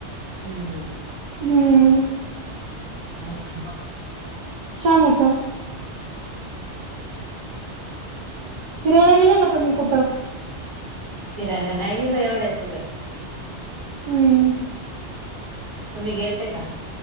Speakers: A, on the right; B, on the right.
A: हम् हम्म! !..
B: हम्म!..
A: अच्छा!
B: छान होतं. फिरायला गेले का तुम्ही कुटं?
A: फिराय नायी गेलो येवढयात कुटं.
B: हम्म
A: तुमी गेल्ते का?